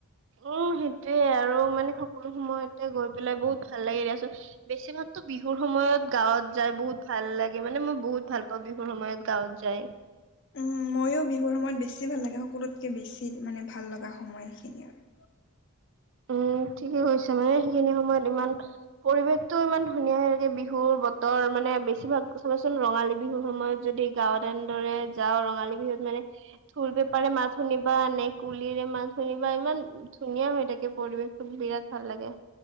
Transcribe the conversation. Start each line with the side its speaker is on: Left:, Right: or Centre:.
Right: উম', সেইটোয়ে আৰু মানে সকলো সময়তে গৈ পেলাই বহুত ভাল লাগে দিয়াচোন। বেছিভাগতো বিহুৰ সময়ত গাঁৱত যাই বহুত ভাল লাগে, মানে মই বহুত ভাল পাওঁ বিহুৰ সময়ত। গাঁৱত যায়।
Left: উ ময়ো বিহুৰ সময়ত বেছি ভাল লাগে সকলোতকৈ বেছি মানে ভাল লগা সময় সেইখিনি আৰু
Right: উম ঠিকে কৈছে মানে সেইখিনি সময়ত ইমান পৰিৱেশ টো ইমান ধুনীয়া লাগে বিহুৰ বতৰ মানে বেছিভাগ চাবাচোন ৰঙালী বিহুৰ সময়ত যদি গাঁৱত এনেদৰে যাওঁ ৰঙালী বিহুত মানে ঢোল পেপাৰে মাত শুনিবা বা নে কুলিৰে মাত শুনিবা বা ইমান ধুনীয়া হয় থাকে পৰিৱেশ টো বিৰাট ভাল লাগে।